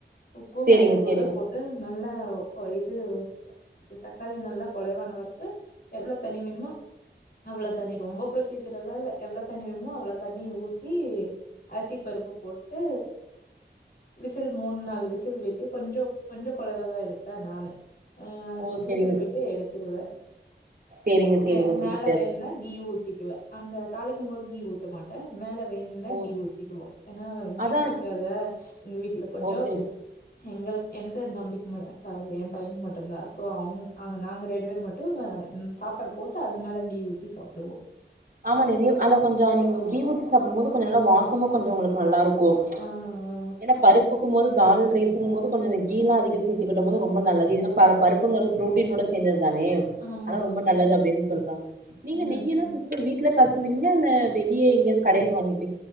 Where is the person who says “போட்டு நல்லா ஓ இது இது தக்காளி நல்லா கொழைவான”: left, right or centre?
Left